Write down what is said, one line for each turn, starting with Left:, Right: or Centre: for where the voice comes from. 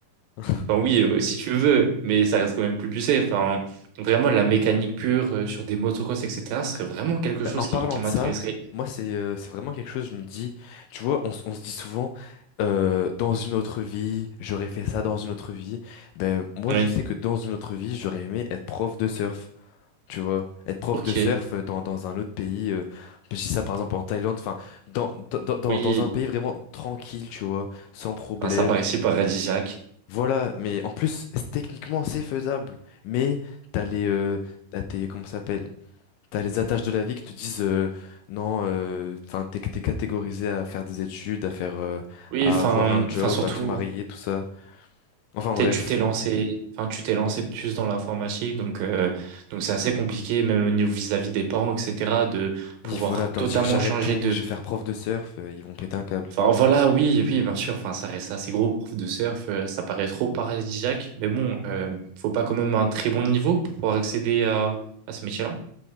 Left: <laughs>
Right: Enfin, oui, euh, si tu veux, mais ça reste quand même plus poussé. Enfin, vraiment, la mécanique pure euh, sur des motocross, etc., ce serait vraiment quelque
Left: Bah,
Right: chose
Left: en parlant
Right: qui, qui
Left: de
Right: m'intéresserait.
Left: ça, moi c'est euh, c'est vraiment quelque chose, je me dis, tu vois, on, s- on se dit souvent, euh, dans une autre vie, j'aurais fait ça dans une autre vie. Ben moi
Right: Oui.
Left: je sais que dans une autre vie, j'aurais aimé être prof de surf, tu vois. Être prof
Right: Ok,
Left: de surf euh, dans, dans un autre pays, euh, je dis ça par exemple en Thaïlande, enfin, dans, dans, dans,
Right: oui.
Left: dans un pays vraiment tranquille, tu vois, sans problème,
Right: Enfin, ça paraissait paradisiaque.
Left: Voilà, mais en plus, c'est- techniquement, c'est faisable. Mais t'as les, euh, t'as tes, comment ça s'appelle? T'as les attaches de la vie qui te disent euh, non, euh, enfin, t'es, t'es catégorisé à faire des études, à faire, euh,
Right: Oui,
Left: à
Right: enfin,
Left: avoir un job,
Right: enfin surtout,
Left: à te marier, tout ça. Enfin
Right: peut-être
Left: bref.
Right: tu t'es lancé, enfin, tu t'es lancé plus dans l'informatique, donc euh, donc c'est assez compliqué, même au niveau vis-à-vis des parents, etc., de pouvoir
Left: Et voilà, de
Right: totalement
Left: leur dire j'arrête
Right: changer
Left: tout,
Right: de,
Left: je vais faire prof de surf, euh, ils vont péter un câble.
Right: Enfin, voilà, oui, oui, bien sûr. Enfin, ça reste assez gros, prof de surf. euh, ça paraît trop paradisiaque. Mais bon, euh, faut pas quand même un très bon niveau pour pouvoir accéder à, à ce métier-là.